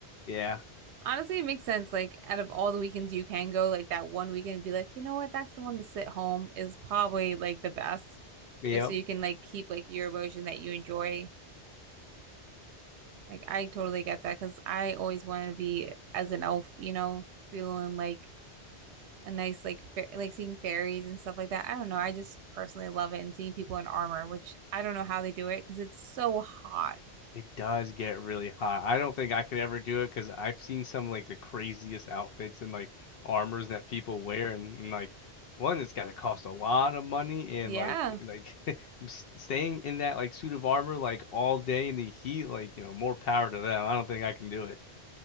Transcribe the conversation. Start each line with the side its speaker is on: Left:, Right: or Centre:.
Left: Yeah.
Right: Honestly, it makes sense. Like, out of all the weekends you can go, like that one weekend, and be like, you know what? That's the one to sit home is probably like the best,
Left: Yep.
Right: just so you can like keep like your emotion that you enjoy. Like, I totally get that because I always want to be as an elf, you know, feeling like a nice like fa like seeing fairies and stuff like that. I don't know. I just personally love it and seeing people in armor, which I don't know how they do it because it's so hot.
Left: It does get really hot. I don't think I could ever do it because I've seen some like the craziest outfits and like armors that people wear and, and like one it's gotta cost a lot of money
Right: Yeah.
Left: and like like <laughs> s- staying in that like suit of armor like all day in the heat like you know more power to them. I don't think I can do it.